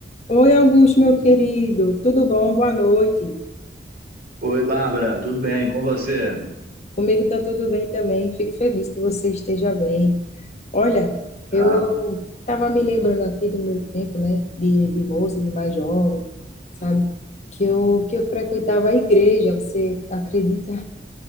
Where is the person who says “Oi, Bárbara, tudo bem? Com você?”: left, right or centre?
Right